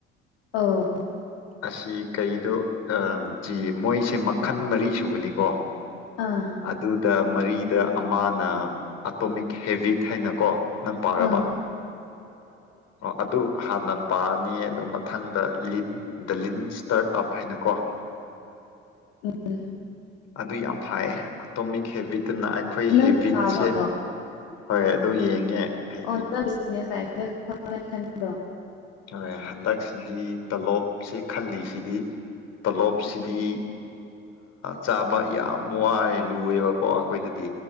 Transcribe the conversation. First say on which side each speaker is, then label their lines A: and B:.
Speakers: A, on the left; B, on the left.
A: ꯑꯥꯎ
B: ꯑꯁꯤ ꯀꯩꯗꯣ ꯑꯥ ꯃꯣꯏꯁꯦ ꯃꯈꯜ ꯃꯔꯤ ꯁꯨꯕꯅꯤꯀꯣ
A: ꯑꯥ
B: ꯑꯗꯨꯗꯥ ꯃꯔꯤꯗ ꯑꯃꯅ ꯑꯇꯣꯃꯤꯛ ꯍꯦꯕꯤꯠ ꯍꯥꯏꯅꯀꯣ ꯅꯪ ꯄꯥꯔꯕ
A: ꯑꯥ
B: ꯑꯣ ꯑꯗꯨ ꯍꯥꯟꯅ ꯄꯥꯅꯤ ꯑꯗꯨ ꯃꯊꯪꯗ ꯂꯤꯟ ꯗꯥ ꯂꯤꯟ ꯁꯇꯥꯔꯠ ꯑꯞ ꯍꯥꯏꯅꯀꯣ
A: ꯑꯨꯝ
B: ꯑꯗꯨ ꯌꯥꯝ ꯐꯩꯌꯦ ꯑꯇꯣꯃꯤꯛ ꯍꯦꯕꯤꯠꯇꯨꯅ ꯑꯩꯈꯣꯏ
A: ꯅꯪ
B: ꯍꯦꯕꯤꯠꯁꯦ
A: ꯇꯥꯕ꯭ꯔꯣ
B: ꯍꯣꯏ ꯑꯗꯨ ꯌꯦꯡꯉꯦ ꯍꯥꯏꯗꯤ
A: ꯑꯣ ꯅꯪ ꯕꯤꯖꯤꯅꯦꯁ ꯂꯥꯏꯜꯗꯥ ꯍꯣꯠꯅꯥꯒꯦ ꯈꯟꯕ꯭ꯔꯣ
B: ꯍꯣꯏ ꯍꯟꯗꯛꯁꯤꯗꯤ ꯇꯂꯣꯞꯁꯦ ꯈꯜꯂꯤꯁꯤꯗꯤ ꯇꯂꯣꯞꯁꯤꯗꯤ ꯆꯥꯕ ꯌꯥꯝ ꯋꯥꯏ ꯂꯨꯑꯦꯕꯀꯣ ꯑꯩꯈꯣꯏꯗꯗꯤ